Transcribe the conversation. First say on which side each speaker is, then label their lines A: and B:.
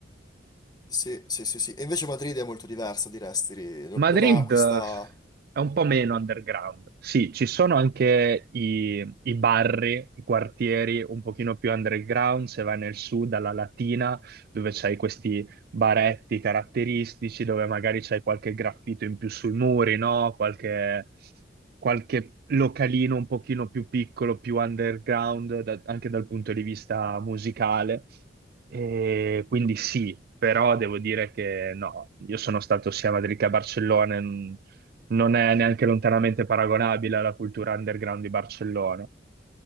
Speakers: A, on the left; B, on the right.
A: Sì, sì, sì, sì. E invece Madrid è molto diversa di Restri, no-
B: Madrid
A: non ha questa
B: eh, è un po' meno underground. Sì, ci sono anche i, i barri, i quartieri un pochino più underground, se vai nel sud, alla Latina, dove c'hai questi baretti caratteristici dove magari c'è qualche graffito in più sui muri, no? Qualche, qualche localino un pochino più piccolo, più underground, da- anche dal punto di vista musicale. E quindi sì, però devo dire che no, io sono stato sia a Madrid che a Barcellona, e non non è neanche lontanamente paragonabile alla cultura underground di Barcellona.